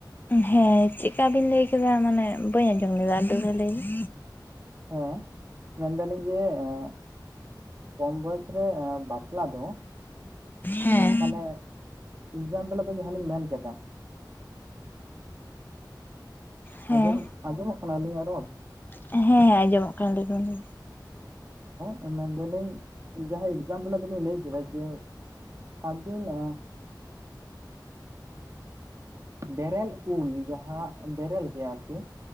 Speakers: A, on the left; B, on the right.
A: ᱦᱮᱸ ᱪᱮᱫᱠᱟ ᱵᱤᱱ ᱞᱟᱹᱭ ᱠᱮᱫᱟ ᱢᱟᱱᱮ ᱵᱟᱹᱧ ᱟᱸᱡᱚᱢ ᱞᱮᱫᱟ ᱟᱨ ᱫᱩᱦᱩᱲᱟᱹ ᱞᱟᱹᱭ ᱵᱤᱱ
B: ᱦᱮᱸ ᱢᱮᱱᱫᱟᱞᱤᱧ ᱡᱮ ᱮᱸ ᱠᱚᱢ ᱵᱚᱭᱮᱥᱨᱮ ᱵᱟᱯᱞᱟ ᱫᱚ
A: ᱦᱮᱸ
B: ᱢᱟᱱᱮ ᱮᱠᱡᱟᱢᱯᱮᱞᱟᱜ ᱫᱚ ᱡᱟᱦᱟᱸ ᱞᱤᱧ ᱢᱮᱱ ᱠᱮᱫᱟ
A: ᱦᱮᱸ
B: ᱟᱸᱡᱚᱢ ᱟᱸᱡᱚᱢᱚᱜ ᱠᱟᱱᱟ ᱟᱹᱞᱤᱧᱟᱜ ᱨᱚᱲ?
A: ᱦᱮᱸ ᱦᱮᱸ ᱦᱮᱸᱡᱚᱢᱚᱜ ᱠᱟᱱ ᱞᱮ ᱢᱮ
B: ᱦᱮᱸ ᱢᱮᱱᱫᱟᱞᱤᱧ ᱡᱟᱦᱟᱸ ᱮᱠᱡᱟᱢᱯᱮᱞ ᱟᱛᱮ ᱞᱤᱧ ᱞᱟᱹᱭ ᱠᱮᱫᱟ ᱡᱮ ᱼᱼ ᱟᱵᱤᱱᱟ ᱵᱮᱨᱮᱞ ᱩᱞ ᱡᱟᱦᱟᱸ ᱵᱮᱨᱮᱞ ᱜᱮᱭᱟ ᱟᱨᱠᱤ।